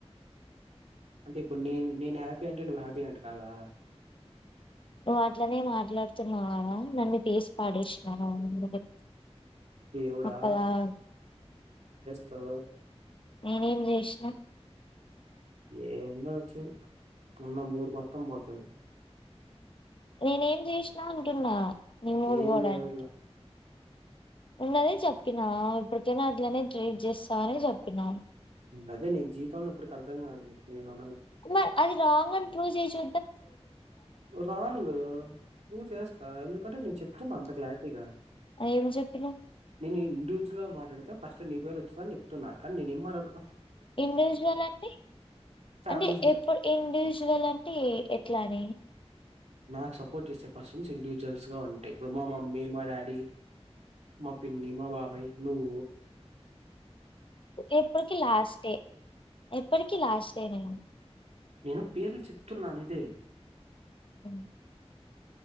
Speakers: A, on the right; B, on the left.
A: అంటే ఇప్పుడు నే నేను హ్యాపీ అంటే నువ్వు హ్యాపీ అయినట్టు కాదా
B: నువ్వు అట్లనే మాట్లాడుతున్నావు కదా నన్ను తీసు పడేసినవ మరి
A: దేవుడా
B: ఒకదాని
A: తో
B: నేనేం చేసినా
A: ఏందో చీ ఉన్న మూడు మొత్తం పోతది
B: నేనేం చేసినా అంటున్నా నీ మూడు
A: ఏం
B: పోవడానికి
A: లేదు
B: ఉన్నదే చెప్పినా ఇప్పటికైనా అట్లనే ట్రీట్ చేస్తావని చెప్పినా
A: అదే నీ జీవితంలో ఇప్పుటికి అర్థం కాదు న
B: రి అది రాంగ్ అని ప్రూవ్ చేయి చు
A: రాంగ్ ప్రూవ్ చేస్తా ఎందుకంటే నేను చెప్తున్నా అంత క్లారిటీగా
B: ఏం చెప్పినవ్
A: నేను హింట్ ఇచ్చిన మా అడితే ఫస్ట్ నీ పేరు ఎత్తుత అని చెప్తున్నా కానీ నేను ఏం మాట్లాడుతూ
B: ఇండివిజువల్ అంటే
A: ఫ్యామిలీస్
B: అంటే
A: గురించి
B: ఎప్పు ఇండివిజువల్ అంటే ఎట్లాని
A: నాకు సపోర్ట్ చేసే పర్సన్స్ ఇండివిజువల్స్ గా ఉంటె ఇప్పుడు మా మమ్మీ మా డాడీ మా పిన్ని మా బాబై నువ్
B: ఎప్పటికి లాస్ట్ డే ఎప్పటికి లాస్ట్ డే నేను
A: నేను పేర్లు చెప్తున్నా అంతే
B: అ